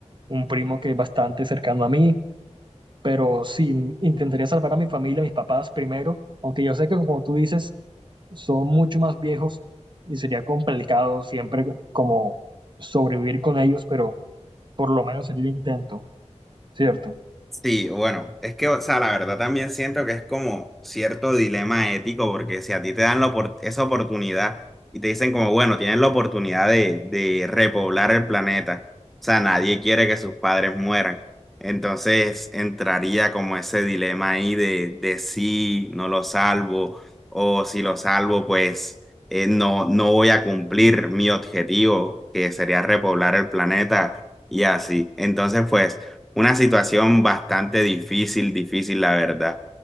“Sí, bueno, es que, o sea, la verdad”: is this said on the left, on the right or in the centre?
Centre